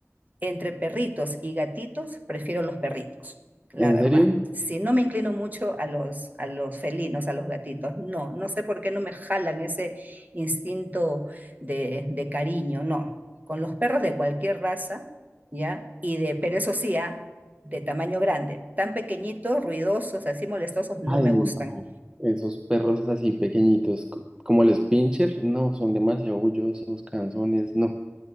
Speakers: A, on the right (about 35°); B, on the right (about 15°).
A: entre perritos y gatitos, prefiero los perritos, la
B: ¿En
A: verdad.
B: serio?
A: Si no me inclino mucho a los, a los felinos, a los gatitos, no, no sé por qué no me jalan ese instinto de, de cariño, no. Con los perros de cualquier raza, ¿ya? Y de, pero eso sí, ah, de tamaño grande. Tan pequeñitos, ruidosos, así molestosos, no
B: Ay,
A: me gustan.
B: no. Esos perros así pequeñitos, co- como los pincher, no, son demasiado orgullosos, canzones, no.